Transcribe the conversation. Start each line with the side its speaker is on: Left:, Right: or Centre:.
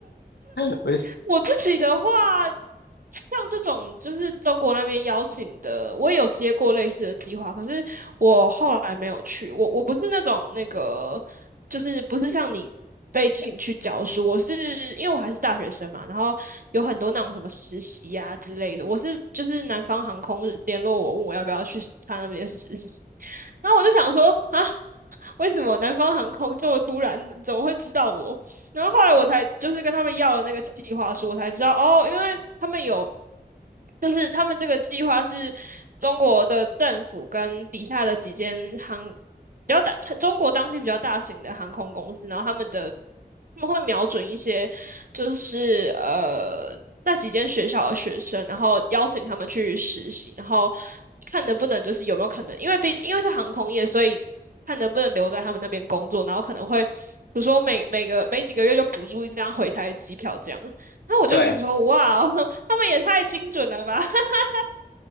Left: 我就
Right: 我自己的话，像这种就是中国那边邀请的，我也有接过类似的计划，可是我后来没有去。我我不是那种那个，就是不是像你被请去教书，我是因为我还是大学生嘛，然后有很多那种什么实习呀、之类的。我是就是南方航空联络我，问我要不要去他那边实习，然后我就想说啊，<laughs> 为什么南方航空这么突然，怎么会知道我？然后后来我才就是跟他们要了那个计划书，我才知道哦，因为他们有，就是他们这个计划是中国的政府跟底下的几间航比较大，中国当地比较大型的航空公司，然后他们的他们会瞄准一些就是呃那几间学校的学生，然后邀请他们去实习，然后看能不能就是有没有可能，因为毕因为是航空业，所以。看能不能留在他们那边工作，然后可能会，比如说每每个每几个月就补助一张回台的机票这样。那我就想说，
Left: 对，
Right: 哇哦 <laughs> 他们也太精准了吧！<laughs>